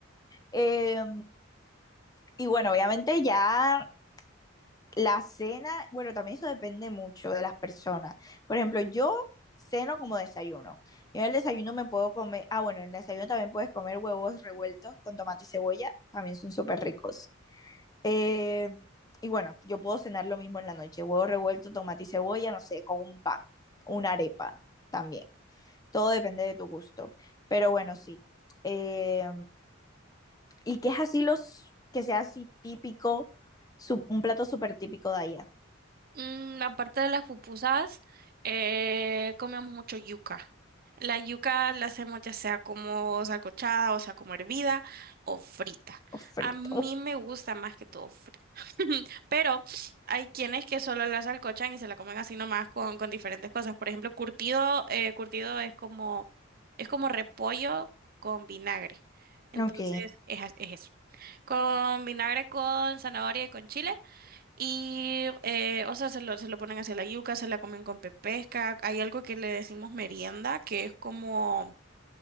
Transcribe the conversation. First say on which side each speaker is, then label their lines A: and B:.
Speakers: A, on the left; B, on the right.
A: Eh, y bueno, obviamente ya la cena, bueno, también eso depende mucho de las personas. Por ejemplo, yo ceno como desayuno. Yo en el desayuno me puedo comer, ah, bueno, en el desayuno también puedes comer huevos revueltos con tomate y cebolla, también son súper ricos. Eh, y bueno, yo puedo cenar lo mismo en la noche, huevos revueltos, tomate y cebolla, no sé, con un pan, una arepa también. Todo depende de tu gusto. Pero bueno, sí. Eh, ¿y qué es así los, que sea así típico, su- un plato súper típico de allá?
B: Mm, aparte de las pupusas, eh, comemos mucho yuca. La yuca la hacemos ya sea como salcochada, o sea, como hervida o frita.
A: Frito.
B: A mí me gusta más que todo frita. <laughs> Pero hay quienes que solo la salcochan y se la comen así nomás con, con diferentes cosas. Por ejemplo, curtido, eh, curtido es como, es como repollo con vinagre. Entonces,
A: Ok.
B: es, a- es eso. Con vinagre, con zanahoria y con chile. Y, eh, o sea, se lo, se lo ponen hacia la yuca, se la comen con pepesca. Hay algo que le decimos merienda, que es como,